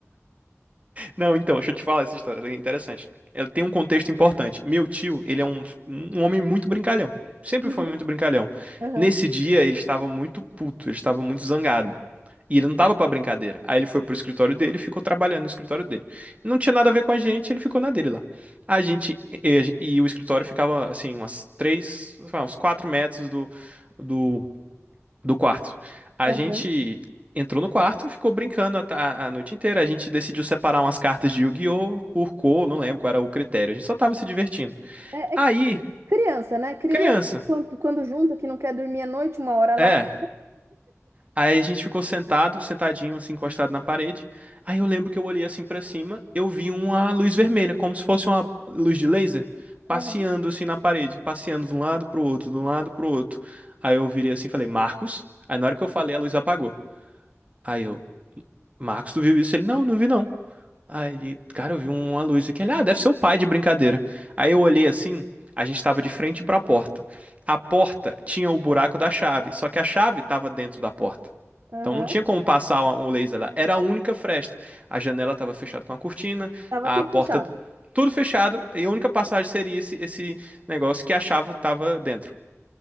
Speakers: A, on the right; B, on the right.
A: Não, então, deixa eu te falar essa história, é interessante. Ela tem um contexto importante. Meu tio, ele é um, um homem muito brincalhão. Sempre
B: Uhum,
A: foi muito brincalhão.
B: aham,
A: Nesse dia, ele estava muito puto, ele estava muito zangado. E ele não tava pra brincadeira. Aí ele foi pro escritório dele e ficou trabalhando no escritório dele. Não tinha nada a ver com a gente, ele ficou na dele lá. A gente. E, e o escritório ficava, assim, umas três, sei lá, uns quatro metros do, do do quarto. A
B: aham.
A: gente entrou no quarto, ficou brincando a, ta- a noite inteira. A gente decidiu separar umas cartas de Yu-Gi-Oh! por cor, não lembro qual era o critério. A gente só tava se divertindo.
B: É,
A: Aí,
B: é criança, né? Criança,
A: criança,
B: quando, quando junta, que não quer dormir à noite, uma hora ela
A: é.
B: apaga.
A: Aí a gente ficou sentado, sentadinho, assim, encostado na parede. Aí eu lembro que eu olhei assim pra cima, eu vi uma luz vermelha, como se fosse uma luz de laser, passeando
B: Aham,
A: assim na parede, passeando de um lado pro outro, de um lado pro outro. Aí eu virei assim e falei, Marcos. Aí na hora que eu falei, a luz apagou. Aí eu, Marcos, tu viu isso? Ele, não, não vi não. Aí, ele- cara, eu vi uma luz aqui. Ele, ah, deve ser o pai de brincadeira. Aí eu olhei assim, a gente tava de frente pra porta. A porta tinha o buraco da chave, só que a chave tava dentro da porta.
B: aham.
A: Então não tinha como passar o laser lá. Era a única fresta. A janela tava fechada com a cortina,
B: Tava
A: a
B: tudo
A: porta,
B: fechado.
A: tudo fechado, e a única passagem seria esse, esse negócio que a chave tava dentro.